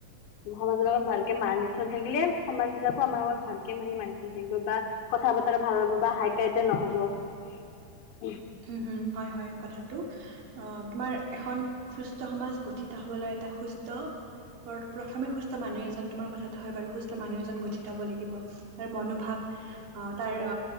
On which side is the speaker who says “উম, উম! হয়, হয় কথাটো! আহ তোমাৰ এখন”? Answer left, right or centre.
Right